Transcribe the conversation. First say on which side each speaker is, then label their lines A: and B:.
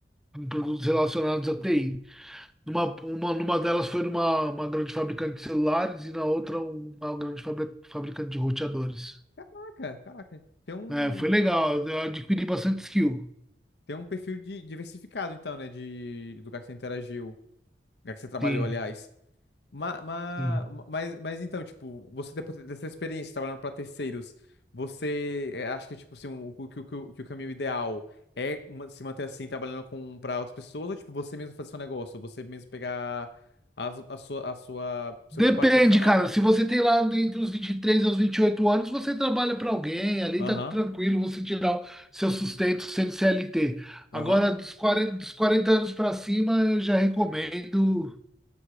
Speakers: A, in the centre; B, on the left (about 65°).
A: com produtos relacionados à TI. Numa, uma, numa delas foi numa uma grande fabricante de celulares e na outra um, uma grande fabri- fabricante de roteadores.
B: Caraca, caraca. Tem um,
A: É, foi legal, eu adquiri bastante skill.
B: tem um perfil de, diversificado, então, né? De, do lugar que você interagiu, lugar que você trabalhou,
A: Sim,
B: aliás. Ma, ma,
A: sim.
B: mas, mas então, tipo, você depois dessa experiência trabalhando para terceiros, você eh, acha que, tipo, assim, o, o, que, o, que o que o caminho ideal é ma- se manter assim, trabalhando com para outras pessoas, ou, tipo, você mesmo fazer seu negócio, você mesmo pegar a, su- a sua, a sua, seu
A: Depende,
B: preparo profissional?
A: cara. Se você tem lá entre os vinte e três e os 28 anos, você trabalha para alguém, ali
B: Aham,
A: tá tranquilo você tirar o seu sustento sendo CLT.
B: aham.
A: Agora, dos 40, dos 40 anos para cima, eu já recomendo.